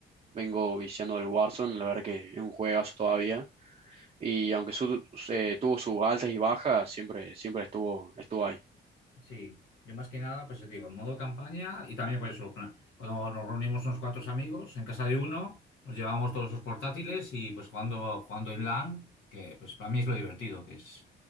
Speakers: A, on the right; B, on the left.
A: Vengo viciando del Warzone, la verdad que es un juegazo todavía. Y aunque su- eh, tuvo sus altas y bajas, siempre, siempre estuvo, estuvo ahí.
B: Sí, yo más que nada, pues te digo, en modo campaña y también por eso, plan, cuando nos reunimos unos cuantos amigos en casa de uno, nos llevamos todos los portátiles y pues jugando, jugando en LAN, que pues para mí es lo divertido, que es